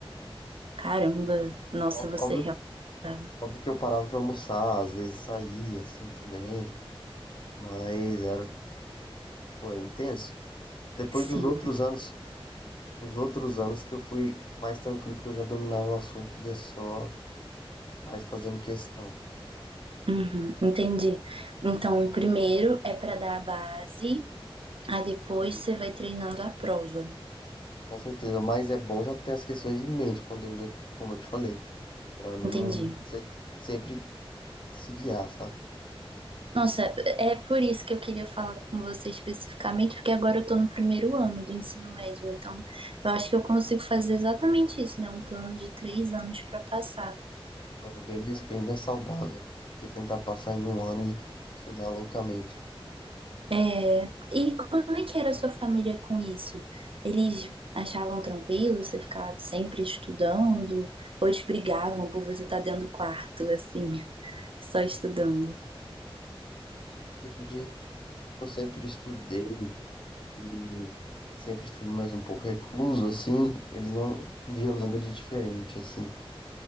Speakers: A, on the right; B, on the left.
A: Caramba! Nossa,
B: Óbvio,
A: você
B: óbvio
A: realmente
B: que
A: estudava.
B: óbvio que eu parava para almoçar, às vezes saía assim também, mas era, pô, era intenso. Depois
A: Sim.
B: dos outros anos, os outros anos que eu fui mais tranquilo, porque eu já dominava o assunto e ia só mais fazendo questão.
A: Uhum. Entendi. Então, o primeiro é para dar a base, aí depois você vai treinando a prova.
B: Com certeza, mas é bom já ter as questões em mente, quando eu já, como eu te falei, para não
A: Entendi.
B: se- sempre se guiar, sabe?
A: Nossa, é por isso que eu queria falar com você especificamente, porque agora eu tô no primeiro ano do ensino médio, então eu acho que eu consigo fazer exatamente isso, né? Um plano de três anos para passar.
B: É bem mais, bem mais saudável que tentar passar em um ano e estudar loucamente.
A: É, e como é que era a sua família com isso? Eles achavam tranquilo você ficar sempre estudando? Ou eles brigavam por você estar dentro do quarto, assim, <laughs> só estudando?
B: Na verdade, Eu sempre estudei e sempre fui mais um pouco recluso, assim, eles não viam nada de diferente, assim.